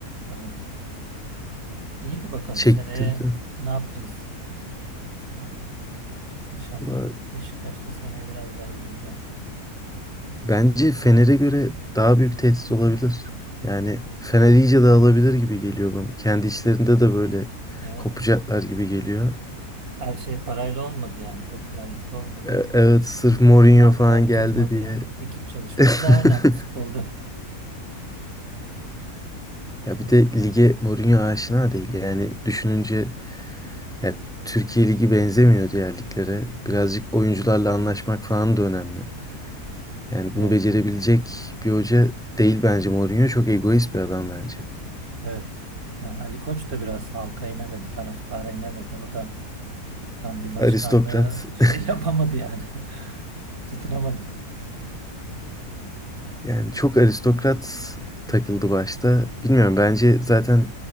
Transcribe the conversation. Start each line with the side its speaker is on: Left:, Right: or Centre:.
Right: Evet. İyi de bakalım
Centre: Çektirdi.
Right: seneye ne yapacağız? Ee, İnşallah
Centre: Valla
Right: Beşiktaş'ta seneye biraz daha yüzü güler.
Centre: Bence Fener'e göre daha büyük tehdit olabilir. Yani Fener iyice dağılabilir gibi geliyor bana. Kendi içlerinde de böyle
Right: Evet.
Centre: kopacaklar gibi geliyor.
Right: Her şey parayla olmadı yani. Popülerlikle olmadı.
Centre: E- Evet
Right: İsim,
Centre: sırf Mourinho
Right: marka
Centre: falan geldi
Right: tutmadı
Centre: diye.
Right: yani. Ekip çalışması
Centre: <laughs>
Right: daha önemli futbolda.
Centre: Ya bir de lige Mourinho aşina değil. Yani düşününce ya Türkiye Ligi benzemiyor diğer liglere. Birazcık oyuncularla anlaşmak falan da önemli. Yani
Right: <laughs> Evet.
Centre: bunu becerebilecek bir hoca değil bence Mourinho. Çok egoist bir adam bence.
Right: Evet. Yani Ali Koç da biraz halka inemedi, taraftara inemedi. O da tam bir başkanlığı
Centre: Aristokrat. <laughs>
Right: şey <laughs> yapamadı yani. <laughs> Tutunamadı.
Centre: Yani çok aristokrat takıldı başta. Bilmiyorum bence zaten